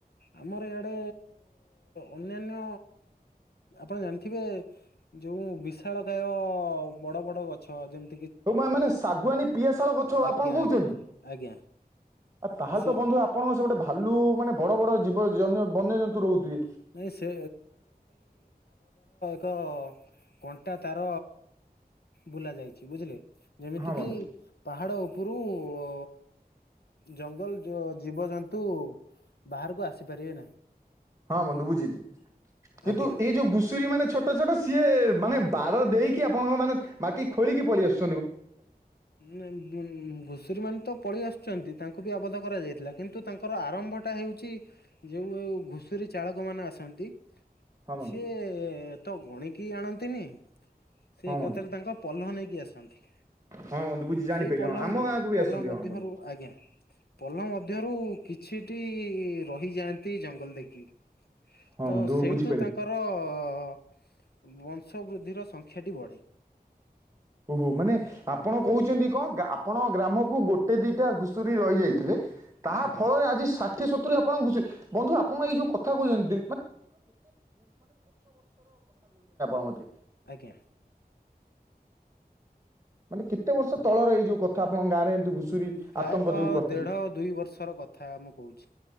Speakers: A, on the left; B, on the right.
A: ଆମର ଇଆଡେ ଅନ୍ୟାନ୍ୟ ଆପଣ ଜାଣିଥିବେ ଯୋଉ ବିଶାଳ କାୟ ବଡ ବଡ ଗଛ ଯେମି
B: ହଉ ମା-ମାନେ ଶାଗୁଆନୀ, ପିଆଶାଳ ଗଛ
A: ଆଜ୍ଞା
B: ଆପଣ କହୁଚନ୍ତି?
A: ଆଜ୍ଞା ଆଜ୍ଞା
B: ଆ ତାହେଲେ
A: ସେ
B: ତ ବନ୍ଧୁ ଆପଣଙ୍କ ସେପଟେ ଭାଲୁ ମାନେ ବଡ ବଡ ଜୀବ ଜନ୍ୟ ବନ୍ୟଜନ୍ତୁ ରହୁଥିବେ।
A: ନାଇଁ ସେ ତ କଣ୍ଟା ତାର ବୁଲା ଯାଇଛି ବୁଝିଲେ। ଯେମିତିକିି
B: ହଁ ବନ୍ଧୁ
A: ପାହାଡ ଉପୁରୁ ଅ ଜଙ୍ଗଲ ଜ ଜୀବଜନ୍ତୁ ବାହାରକୁ ଆସିପାରିବେ ନାହିଁ।
B: ହଁ ବନ୍ଧୁ ବୁଝିଲି। କିନ୍ତୁ
A: ଆଜ୍ଞା।
B: ଏଇ ଯୋଉ ଘୁଷୁରୀ ମାନେ ଛୋଟ ଛୋଟ ସିଏ ମାନେ ବାର ଦେଇକି ଆପଣଙ୍କ ମାନେ ମାଟି ଖୋଳିକି ପଳେଇ ଆସୁ
A: ନାଇଁ ଉଁ ଘୁଷୁରୀ ମାନେ ତ ପଳେଇ ଆସ ଚନ୍ତି ତାଙ୍କୁ ବି ଆବଦ୍ଧ କରାଯାଇଥିଲା କିନ୍ତୁ ତାଙ୍କର ଆରମ୍ଭଟା ହେଉଛି ଯେଉ ଏଉ ଘୁଷୁରୀ ଚାଳକ କ ମାନେ ଆସନ୍ତି
B: ହଁ ବନ୍ଧୁ
A: ସିଏ ଏ ତ ଗଣିକି ଆଣନ୍ତିନି। ସେ
B: ହଁ
A: ଏକାଥରେ
B: ବନ୍ଧୁ।
A: ତାଙ୍କ ପଲ୍ଲ ନେଇକି ଆସନ୍ତି।
B: ହଁ ବନ୍ଧୁ ବୁଝି ଜାଣିପାରିଲି
A: ସେଇ ପଲ୍ଲ
B: ହଁ ଆମ ଗାଁକୁ ବି
A: ପଲ୍ଲ
B: ଆସନ୍ତି
A: ମଧ୍ୟରୁ
B: ହଁ ବନ୍ଧୁ
A: ଆଜ୍ଞା ପଲ୍ଲ ମଧ୍ୟରୁ କିଛିଟି ରହିଯାଆନ୍ତି ଜଙ୍ଗଲ ଦେଖିକି।
B: ହଁ
A: ତ
B: ବନ୍ଧୁ
A: ସେଇଠୁ
B: ବୁଝିପାରିଲି।
A: ତାଙ୍କର ଅ ବଂଶ ବୃଦ୍ଧିର ସଂଖ୍ୟାଟି ବଢ଼େ
B: ଓହୋ ମାନେ ଆପଣ କହୁଚନ୍ତି କଣ ଗା ଆପଣ ଗ୍ରାମକୁ ଗୋଟେ ଦିଟା ଘୁଷୁରୀ ରହି ଯାଇଥିଲେ। ତାହା
A: ଆଜ୍ଞା
B: ଫଳରେ ଆଜି ଷାଠିଏ ସତ ତୁରୀ ଆପଣ ଥା କହୁଛନ୍ତି ଆପଣ ଗତି
A: ଆଜ୍ଞା।
B: ମାନେ କେତେ ବର୍ଷ ତଳର ଏଇ ଯୋଉ କଥ ଥା ଆପଣଙ୍କ ଗାଁ ରେ ଏମତି ଘୁଷୁର
A: ପ୍ରାୟତଃ
B: ଆତଙ୍କ ଯୋଉ କରିଥିଲେ?
A: ଦେଢ ଦୁଇ ବର୍ଷର କଥା ମୁଁ କହୁଛି।